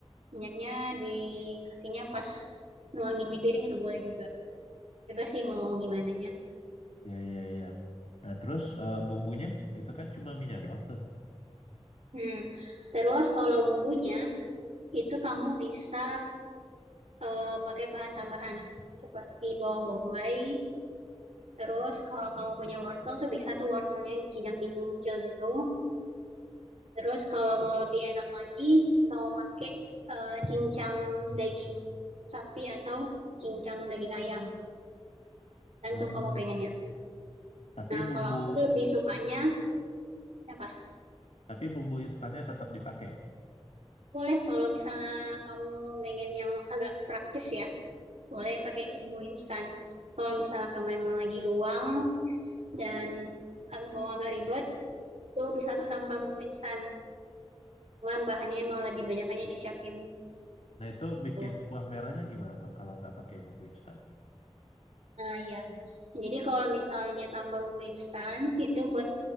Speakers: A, on the right (about 85°); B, on the left (about 80°).
A: minyaknya dikasihnya pas nuangin di piring itu boleh juga bebas sih mau gimana nya
B: ya, ya, ya. Nah, terus eh, bumbunya itu kan cuma minyak doang tuh.
A: hmm. terus kalau bumbunya itu kamu bisa eh, pakai bahan tambahan seperti bawang bombay terus kalau kamu punya wortel tuh bisa tuh wortelnya dicincang-cincang kecil gitu Terus kalau mau lebih enak lagi, kamu pakai eh, cincang daging sapi atau cincang daging ayam, gantung
B: Hmm,
A: kamu pengennya.
B: tapi
A: Nah,
B: bumbu,
A: kalau aku lebih sukanya apa?
B: tapi bumbu instannya tetap dipakai.
A: Boleh kalau misalnya kamu pengen yang agak praktis ya, boleh pakai bumbu instan. Kalau misalnya kamu emang lagi luang dan ag- mau agak ribet, tuh bisa tuh tanpa bumbu instan. Cuman bahannya emang lebih banyak aja disiapin.
B: Nah, itu bikin
A: Tuh.
B: kuah merahnya gimana tuh kalau nggak pakai bumbu instan?
A: Nah, ya. Jadi kalau misalnya tambah bumbu instan, itu buat